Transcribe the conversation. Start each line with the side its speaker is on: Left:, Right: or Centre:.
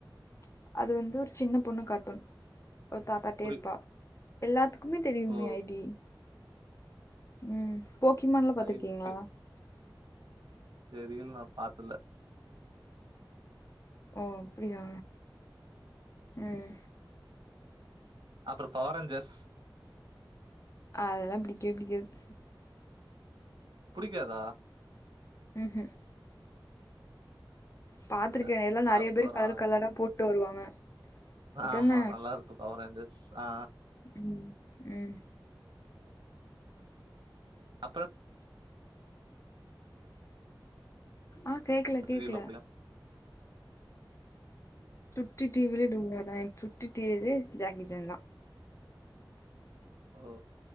Left: ச் அது வந்து ஒரு சின்ன பொண்ணு காட்டு ஒரு தாத்தாட்டே
Right: புரி
Left: இருப்பா எல்லாத்துக்குமே தெரியுமே
Right: ஓ!
Left: ஐ டி ம் போக்கிமேன்லா பாத்திருக்கீங்களா
Right: ஐடி தெரியல நா பாத்துல
Left: ஓ அப்டியா ம்
Right: அப்றோ பவர் ரேஞ்சர்ஸ்
Left: அதெல்லா பிடிக்கவே பிடிக்காது
Right: புடிக்காதா
Left: ம் ம் பாத்திருக்கே
Right: அட
Left: எல்லா நெறைய
Right: அப்புறம்
Left: பேர் கலர் கலரா போட்டு வருவாங்க அதான
Right: ஆமா நல்லா இருக்கு பவர் ரேஞ்சர்ஸ் ஆ
Left: ம் ம்
Right: அப்பறம்
Left: ஆ கேக்கல
Right: <unintelligible>
Left: கேக்கல
Right: அதா
Left: சுட்டி டிவிலேய டுங்க தா எனக்கு சுட்டி டிவிலயே ஜாக்கி சான் தா
Right: ஓ